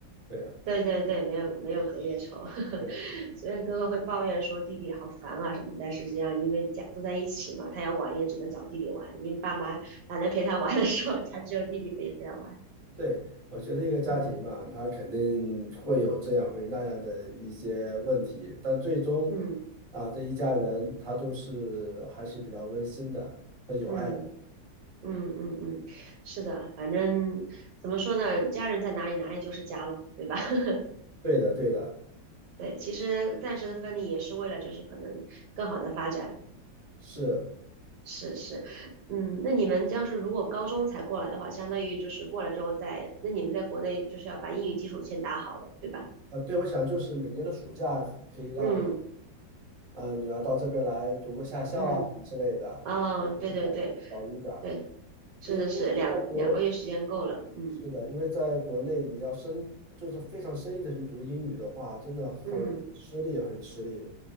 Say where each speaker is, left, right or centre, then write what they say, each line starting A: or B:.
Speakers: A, on the right; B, on the right.
A: 对啊，
B: 对对对，没有没有隔夜仇。<laughs>
A: 对
B: 虽然哥哥会抱怨说弟弟好烦啊什么，但实际上因为家都在一起嘛，他要玩也只能找弟弟玩，因为爸妈懒得陪他玩的时候，他只有弟弟可以陪他玩。
A: 对，我觉得一个家庭嘛，
B: 嗯
A: 他肯定会有这样会那样的一些问题，但最终
B: 嗯
A: 啊，这一家人他都是还是比较温馨的和有爱的，
B: 嗯。嗯嗯嗯，是的，反正怎么说呢，家人在哪里，哪里就是家了，对吧？<laughs>
A: 对的对的，
B: 对，其实暂时的分离也是为了，就是可能更好的发展。
A: 是。
B: 是是，嗯，那你们要是如果高中才过来的话，相当于就是过来之后再，那你们在国内就是要把英语基础先打好了，对吧？
A: 呃，对，我想就是每年的暑假可以让
B: 嗯
A: 呃女儿到这边来读个夏校啊什么之类的，
B: 嗯，哦，对对对
A: 去找找语感。
B: 对，是是是，
A: 因为在国，
B: 两两个月时间够了，嗯
A: 是的，因为在国内你要生就是非常生硬的去读英语的话，真的很吃力，
B: 嗯，
A: 很吃力。